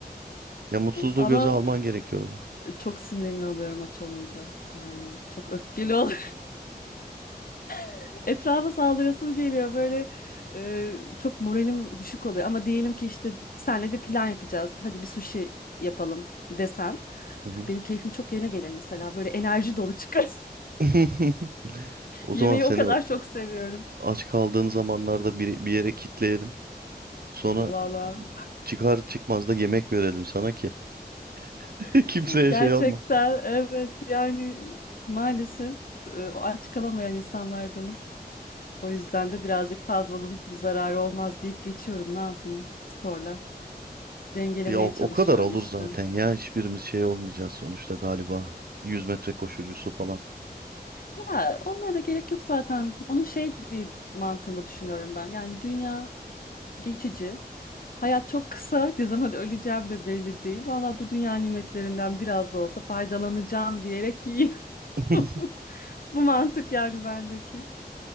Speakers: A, on the right; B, on the left.
A: Ya mutsuzluğu
B: Ama
A: göze alman gerekiyordu.
B: Çok sinirli oluyorum aç olunca. Yani çok öfkeli ol. <laughs> Etrafa saldırasım geliyor. Böyle e, çok moralim düşük oluyor. Ama diyelim ki işte senle bir plan yapacağız. Hadi bir sushi yapalım desen.
A: <laughs>
B: Benim keyfim çok yerine gelir mesela. Böyle enerji dolu çıkar. <laughs>
A: <laughs> O
B: Yemeği
A: zaman seni
B: o kadar
A: o-
B: çok seviyorum.
A: aç kaldığın zamanlarda bir, bir yere kitleyelim. Sonra
B: Valla.
A: çıkar çıkmaz da yemek verelim sana ki. <laughs>
B: <laughs>
A: Kimseye
B: Gerçekten
A: şey yapma.
B: evet yani maalesef e, o aç kalamayan insanlardanım. O yüzden de birazcık fazlanın bir zararı olmaz deyip geçiyorum. Ne yapayım? Sporla. dengelemeye
A: Ya o, o
B: çalışıyorum
A: kadar olur
B: işte.
A: zaten ya. Hiçbirimiz şey olmayacağız sonuçta galiba. 100 metre koşucusu falan.
B: Ya onlara da gerek yok zaten. Onu şey diye mantığında düşünüyorum ben. Yani dünya geçici. Hayat çok kısa. Ne zaman öleceğim de belli değil. Valla bu dünya nimetlerinden biraz da olsa faydalanacağım diyerek yiyorum.
A: <laughs>
B: <laughs> Bu mantık yani bendeki.